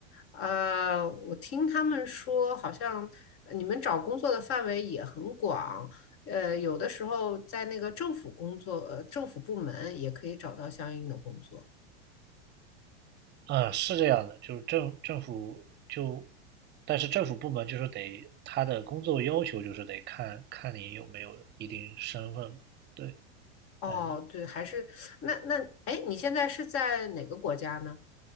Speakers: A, on the left; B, on the right.
A: 呃，我听他们说，好像呃你们找工作的范围也很广，呃，有的时候在那个政府工作，呃，政府部门也可以找到相应的工作。
B: 呃，是这样的，就是政政府就，但是政府部门就是得他的工作要求就是得看看你有没有一定身份嘛。对，
A: 哦，
B: 嗯，
A: 对，还是那那哎，你现在是在哪个国家呢？